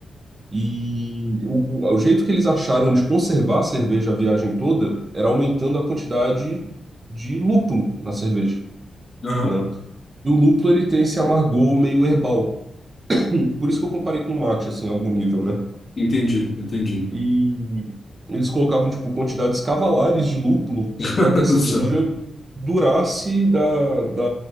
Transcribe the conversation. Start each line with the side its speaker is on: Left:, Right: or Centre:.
Right: E o, o o jeito que eles acharam de conservar a cerveja a viagem toda era aumentando a quantidade de lúpulo na cerveja,
Left: Aham.
Right: né? E o lúpulo ele tem esse amargor meio herbal. Hum, Por isso que eu comparei com o mate, assim, a algum nível, né?
Left: Entendi, entendi.
Right: E eles colocavam, tipo, quantidades cavalares de lúpulo
Left: <laughs>
Right: para que a cerveja
Left: Só.
Right: durasse da, da,